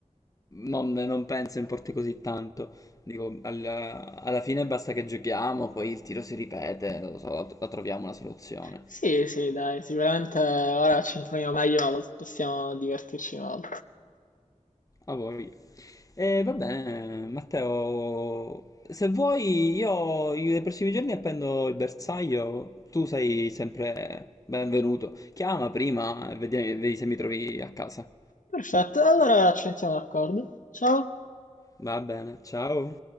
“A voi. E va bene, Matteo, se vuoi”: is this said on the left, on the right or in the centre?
Left